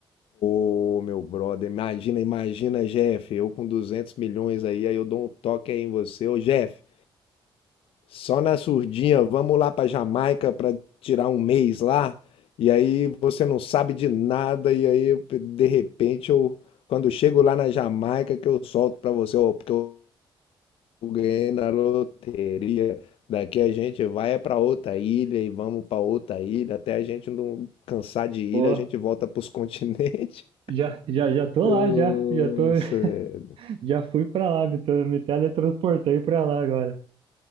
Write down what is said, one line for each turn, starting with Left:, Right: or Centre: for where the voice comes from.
Left: Ô, meu brother, imagina, imagina, Jeff, eu com 200 milhões aí, aí eu dou um toque aí em você. Ô, Jeff, só na surdinha, vamos lá pra Jamaica pra tirar um mês lá. E aí você não sabe de nada, e aí eu, de repente eu, quando eu chego lá na Jamaica, que eu solto pra você, ó, porque eu ganhei na loteria. Daqui a gente vai é pra outra ilha e vamos pra outra ilha, até a gente não cansar de ilha,
Right: Pô,
Left: a gente volta pros <laughs> continentes.
Right: Já, já, já tô
Left: Nossa,
Right: lá, já, já tô, <laughs>
Left: velho.
Right: já fui pra lá, me, tra- me teletransportei pra lá agora,